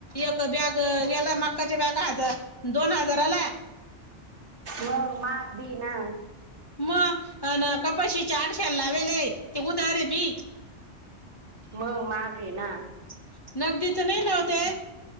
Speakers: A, on the left; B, on the right.
A: एक बॅग गला मक्काचे बॅग हजार दोन हजाराला
B: मग माप बी ना
A: मग कपाशी चारशेर लावेलय ते उद रे भी
B: मग मागे ना
A: <unintelligible> नाही नव्हते